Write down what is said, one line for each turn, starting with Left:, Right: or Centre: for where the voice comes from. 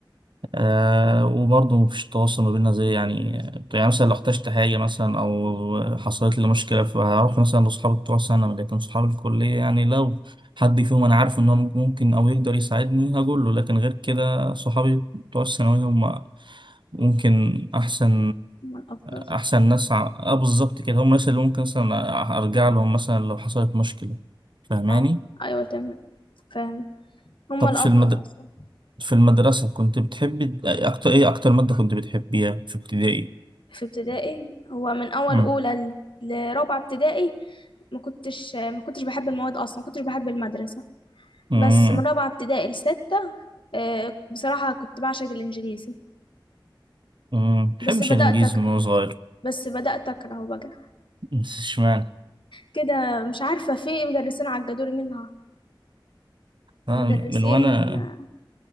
Right: آه وبرضه مفيش تواصل ما بيننا زي يعني يعني مثلا لو احتجت حاجة مثلا أو حصلت لي مشكلة فهروح مثلا لأصحابي بتوع سنة لكن صحاب الكلية يعني لو حد فيهم أنا عارف إن هو ممكن أو يقدر يساعدني هقول له لكن غير كده صحابي بتوع الثانوية هم ممكن احسن
Left: هما الافضل
Right: احسن ناس ع- اه بالظبط كده هم الناس اللي ممكن مثلا ارجع لهم مثلا لو حصلت مشكله فاهماني
Left: اه ايوه تمام فاهم هما
Right: طب
Left: الافضل
Right: في المد...
Left: اصلا
Right: في المدرسه كنت بتحبي اكتر ايه اكتر ماده كنت بتحبيها في ابتدائي
Left: في ابتدائي هو من اول
Right: امم
Left: اولى ل- لرابعه ابتدائي ما كنتش ما كنتش بحب المواد اصلا ما كنتش بحب المدرسه
Right: امم
Left: بس من رابعه ابتدائي لسته آه، بصراحه كنت بعشق الانجليزي
Right: امم بحبش
Left: بس بدات
Right: الانجليزي
Left: اكره
Right: من وانا صغير
Left: بس بدات اكرهه بقى
Right: <laughs> اشمعنى
Left: كده مش عارفه في مدرسين عجبوني منها
Right: آه،
Left: مدرسين
Right: من وانا
Left: آه،